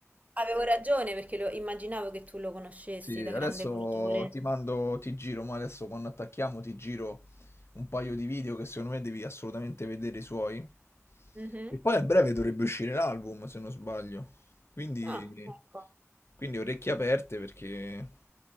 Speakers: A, on the right; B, on the left.
A: avevo ragione perché lo- immaginavo che tu lo conoscessi
B: sì,
A: da
B: adesso
A: grande cultore.
B: ti mando, ti giro, ma adesso quando attacchiamo ti giro un paio di video che secondo me devi assolutamente vedere i suoi.
A: Mhm.
B: E poi a breve dovrebbe uscire l'album, se non sbaglio. Quindi,
A: Ah, ecco.
B: quindi orecchie aperte perché,